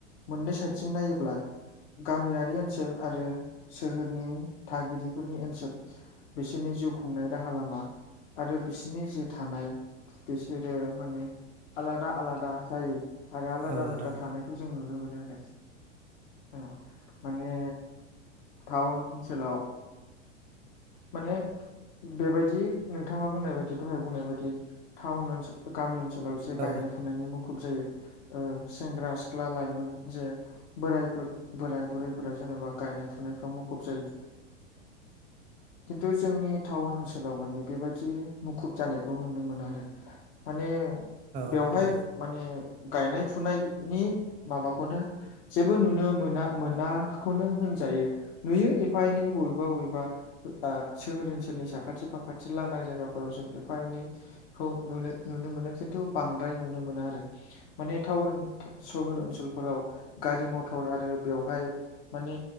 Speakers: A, on the left; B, on the right.
A: मोननै साइडथिं नायोब्ला गामियारि ओनसोल आरो सोहोरनि थागिरिफोरनि ओनसोल बिसिनि जिउ खुंनाय राहा लामा आरो बिसिनि जे थानाय बिसोरो माने आलादा आलादा जायो। आरो आलादा
B: औ नोंथां
A: आलादा थानायखौ जों नुनो मोनो आरो औ। माने टाउन ओनसोलाव माने बेबायदि नोंथाङा बुंनाय बादि दहाय बुंनाय बादि टाउन ओनसोल गामि ओनसोलाव जे
B: औ
A: गायनाय फुनायनि मुखुब जायो। सेंग्रा सिख्ला लाइमोन जे बोराय बुर बोराय बुरैफोरा जेन'बा गायनाय फुनायफाव मुखुब जायो। खिन्थु जोंनि टाउन ओनसोलाव माने बेबायदि मुखुब जानायखौ नुनो मोना आरो। माने बेवहाय
B: नोंथां
A: माने गायनाय फुनायनि माबाखौनो जेबो नुनो मोना मोनाखौनो होनजायो। नुयो एफा एनै बबेबा बबेबा सोहोर ओनसोलनि साखाथि फाखाथि लांदां जायगाफोराव जों एफा एनै खौु नुनो मोनो खिन्थु बांद्राय नुनो मोनो आरो। माने टाउन सहर ओनसोलफोराव गारि मथर आरो बेवहाय माने